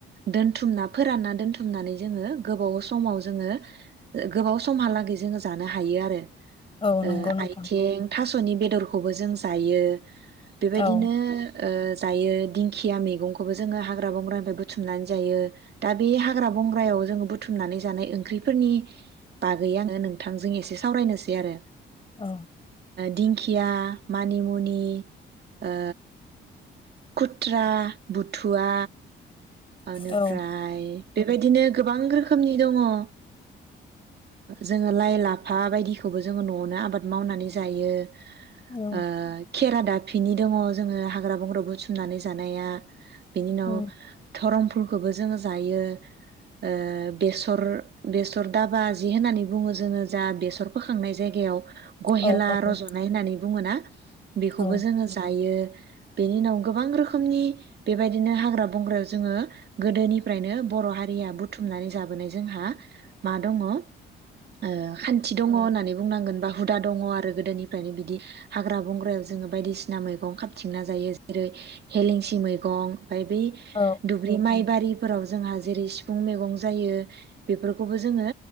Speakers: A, on the right (about 55°); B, on the left (about 25°).
A: दोनथुमना फोरानना दोनथुमनानै जोङो गोबाव समाव जोङो गोबाव समहालागै जोङो जानो हायो आरो।
B: औ नंगौ
A: ओ
B: नोंथां
A: थास'नि बेदरखौबो जों जायो। बेबायदिनो
B: औ
A: ओ जायो दिंखिया मैगंखौबो जोङो हाग्रा बंग्रानिफ्राय बुथुमनानै जायो। दा बे हाग्रा बंग्रायाव जोङो बुथुमनानै जानाय ओंख्रिफोरनि बागै आङो नोंथांजों एसे सावरायनोसै आरो
B: औ
A: दिंखिया मानिमुनि ओ खुथ्रा बुथुवा ओनिफ्राय
B: औ
A: बेबायदिनो गोबां रोखोमनि दङ ओ जोङो लाइ लाफा बायदिखौबो जोङो नवावनो आबाद मावनानै जायो।
B: औ
A: ओ खेरा दाफिनि दङ जोङो हाग्रा बंग्रायाव बु थुमनानै जानाया। बिनि उनाव
B: उम
A: धरम फुलखौबो जोङो जायो। ओ बेसर बेसर दाबा जि होननानै बुङो जोङो जा बेसर फोखांनाय जायगायाव गहेला
B: औ औ
A: रजनाय
B: औ
A: होननानै बुङो ना? बेखौबो
B: औ
A: जोङो जायो। बिनि उनाव गोबां रोखोमनि बेबायदिनो हाग्रा बंग्रायाव जोङो गोदोनि फ्रायनो बर' हारिया बुथ बुथुमनानै जाबोनाय जोंहा मा दङ? ओ खान्थि दङ होननानै बुंनांगोन बा हुदा दङ आरो गोदोनिफ्रायनो बिदि हाग्रा बंग्रायाव जोङो बायदिसिना मैगं खाबथिंना जायो जेरै हेलेंसि मैगं ओमफ्राय बै
B: औ
A: दुब्रि माइबारि फोराव जोंहा जेरै सिफुं मैगं जायो बेफोरखौबो जोङो